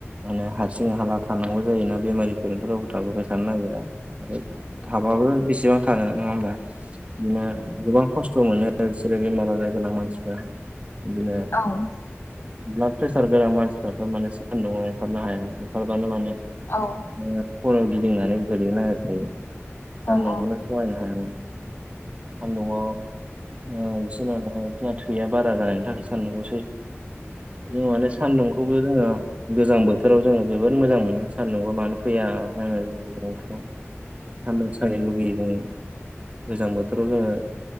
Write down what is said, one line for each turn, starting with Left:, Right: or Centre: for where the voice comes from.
Right: माने हारसिं हाला थानांगौ जायोना बेमारिफोरथ रावबो गथाबाय थानो नागिरा आरो हाबाबो बेसेबां थानो नङा होमबा बिदिनो गोबां खस्थ' मोनो बिसोरो बेमार आजार गोनां मानसिफ्रा बिदिनो
Left: औ
Right: ब्लद प्रेसार गोनां मानसिफोरा माने सानदुंआव ओंखारनो हाया ओंखारबानो माने
Left: औ
Right: ओ खर' गिदिंनानै गोलैनो नागिरखायो सान्दुंखौनो
Left: औ
Right: सहायनो हाया मानो। सान्दुंङाव ओ <unintelligible> थैया बारा जानायनि थाखाय सान्दुंखौ जों माने सान्दुंखौबो जोङो गोजां बोथोराव जोङो जोबोद मोजां मोनो सान्दुंआव मानो फैया जा जों गोजां बोथोराव सानदुं सायनो लुुबैयो जङ गोजां बोथोराव जोङो